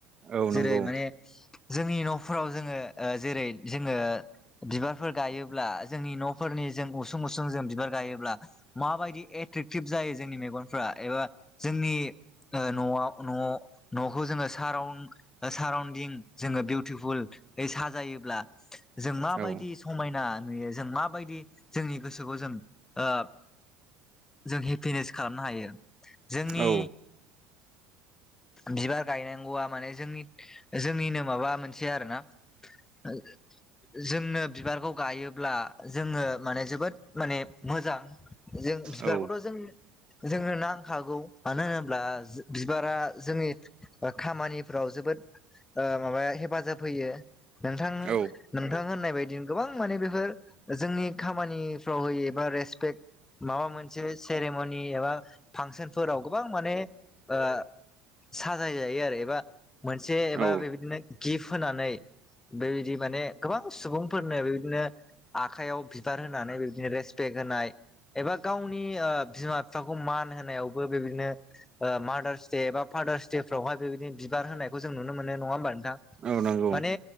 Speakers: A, on the right; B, on the left.
A: औ
B: जेरै
A: नंगौ
B: माने जोंनि न'फोराव जोङो ओ जेरै जोङो बिबार फोर गायोब्ला जोंनि न'फोरनि जों उसुं उसुं जों बिबार गायोब्ला माबायदि एट्रेकटिभ जा यो जोंनि मेगनफ्रा एबा जोंनि ओ न'आव न' न'खौ जोङो साराउन साराउन दिं जोङो बिउटिफुलयै साजायोब्ला जों माबायदि
A: औ
B: समायना नुयो। जों माबायदि जोंनि गोसोखौ जों ओ जों हेपिनेस खालामनो हायो जोंनि
A: औ
B: बिबार गायनांगौआ माने जोंनि जोंनिनो माबा मोन से आरोना ओ जोंनो बिबारखौ गायो ब्ला जोङो माने जोबोद माने मोजां जों बिबारखौथ'
A: औ
B: जों जोंनो नांखागौ मानो होनोब्ला जो बिबारा जोंनि खामानिफ्राव जोबोद ओ माबाया हेफाजाब होयो। नोंथां
A: औ
B: नोंथां होननाय बायदि गोबां माने बेफोर जोंनि खामानि फोराव होयो एबा रेसपेक्ट माबा मोनसे सेरेम'नि एबा फांसनफोराव गोबां माने ओ साजाय जायो आरो एबा मोनसे एबा
A: औ
B: बेबायदिनो गिफ्ट होनानै बेबायदि माने गोबां सुबुंफोरनो बेबायदिनो आखाइयाव बिबार होनानै बिदिनो रेसपेक्ट होनाय एबा गावनि ओ बिमा बिफाखौ मान होनायावबो बेबायदिनो ओ मादार्स दे एबा फादार्स दे फोरावहाय बेबायदि बिबार होनायखौ जों नुनो मोनो नङा होमबा नोंथां।
A: औ नंगौ
B: माने